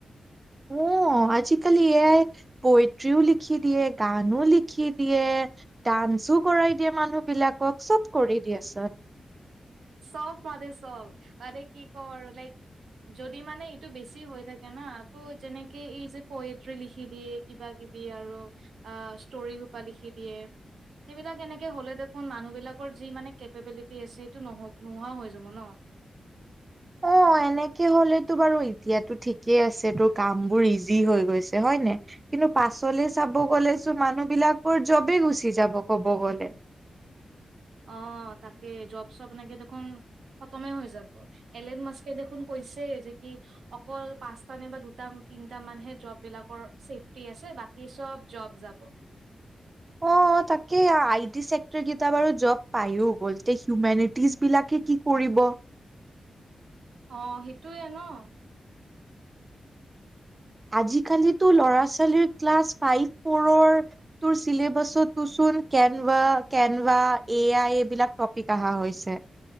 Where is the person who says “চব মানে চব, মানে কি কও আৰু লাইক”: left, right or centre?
Right